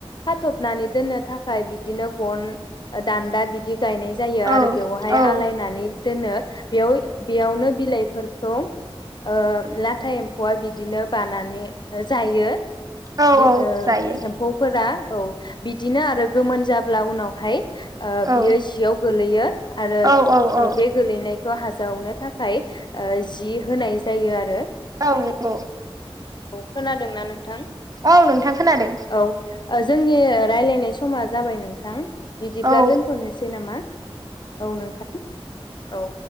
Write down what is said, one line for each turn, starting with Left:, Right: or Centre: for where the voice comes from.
Left: खाथबनानै दोननो थाख खाय बिदिनो गन ओद दान्दा बिदि गायनाय जायो
Right: औ
Left: आरो बेवहाय
Right: औ
Left: आलायनानै दोनो बेयाव बेयावनो बिलाइफोर <unintelligible> ओ लाथा एम्फौआ बिदिनो बानानै जायो।
Right: औ
Left: बि ओ
Right: जायो
Left: एम्फौफोरा औ बिदिनो आरो गोमोन जाब्ला उनावहाय। ओ
Right: औ
Left: बियो जियाव गोलैयो आरो
Right: औ औ औ
Left: बे गोलैनाय खौ हाजावनो थाखाय ओ जि होनाय जायो आरो
Right: औ नोंगौ।
Left: औ खोनादोंना नोंथां?
Right: औ नोंथां खोनादों।
Left: औ ओ जोंनि रायलायनाय समा जाबाय नोंथां। बिदिब्ला
Right: औ
Left: दोन्थ'नोसै नामा औ नोंथां औ